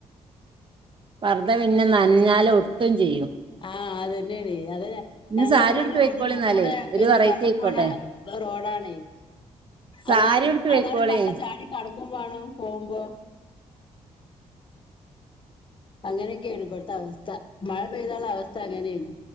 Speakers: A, on the right (about 40°); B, on the left (about 40°).
A: പർദ്ദ പിന്നെ നനഞ്ഞാല് ഒട്ടും ചെയ്യും
B: ആഹ് അതെന്നെണെയ് അത
A: ഇന്ന്
B: ഞങ്ങള്
A: സാരി
B: പോണ
A: എടുത്ത്
B: റോട്ട്മ്മകൂടെ
A: വെക്കോളി എന്നാലേ ഒരു
B: പിന്നെ
A: വെറൈറ്റി
B: വെള്ളം
A: ആയിക്കോട്ടെ
B: പോണ റോഡാണെയ്
A: സാരി
B: അതാ റോ
A: എടുത്ത് വെക്കോളി
B: അതാണെയ് വെള്ളം ചാടി കടക്കും വേണം പോകുമ്പോ അങ്ങനൊക്കെണ് ഇബ്ടുത്തെ അവസ്ഥ. മഴ പെയ്താള്ള അവസ്ഥ അങ്ങനെയാണ്